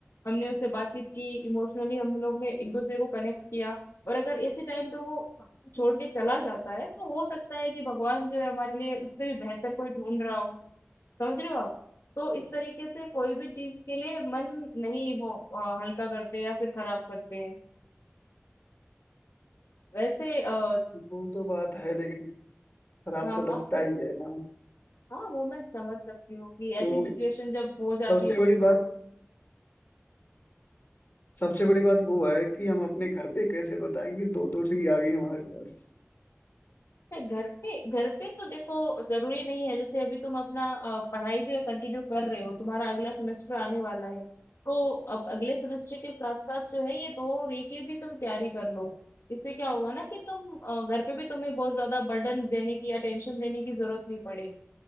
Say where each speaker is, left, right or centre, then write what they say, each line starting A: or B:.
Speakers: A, on the left; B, on the left.
A: हमने उससे बातचीत की इमोशनली हम लोग ने एक दूसरे को कनेक्ट किया और अगर ऐसे टाइम पे वो छोड़ के चला जाता है तो हो सकता है कि भगवान जो है हमारे लिए उससे भी बेहतर कोई ढूंढ रहा हो समझ रहे हो आप तो इस तरीके से कोई भी चीज के लिए मन नहीं वो अ, हल्का करते या फिर खराब करते हैं वैसे आ,
B: वो तो बात है लेकिन खराब
A: हाँ
B: तो
A: हाँ
B: लगता ही है ना
A: हाँ वो मैं समझ सकती हूँ कि
B: तो
A: ऐसी सिचुएशन जब हो
B: सबसे
A: जाती है जिंदगी
B: बड़ी बात सबसे बड़ी बात वो है कि हम अपने घर पे कैसे बताएंगे दो दोषी आ गई हमारे पास
A: में, घर पे घर पे तो देखो जरूरी नहीं है जैसे अभी तुम अपना अ, पढ़ाई जो है कंटिन्यू कर रहे हो तुम्हारा अगला सेमेस्टर आने वाला है तो अब अगले सेमेस्टर के साथ साथ जो है ये दो री की भी तुम तैयारी कर लो इससे क्या होगा ना कि तुम अ, घर पे भी तुम्हें बहुत ज्यादा बर्डन देने की या टेंशन देने की जरूरत नहीं पड़ेगी